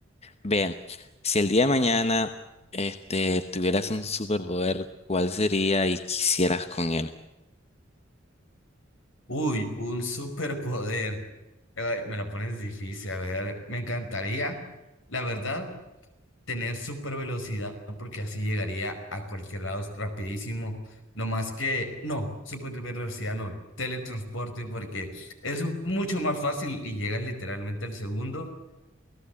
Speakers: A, on the left; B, on the left.
A: Bien, si el día de mañana, este, tuvieras un superpoder, ¿cuál sería y quisieras con él?
B: Uy, un superpoder. Ay, me lo pones difícil, a ver, me encantaría, la verdad, tener super velocidad porque así llegaría a cualquier lado rapidísimo. No más que, no, super velocidad no, teletransporte porque es mucho más fácil y llegas literalmente al segundo.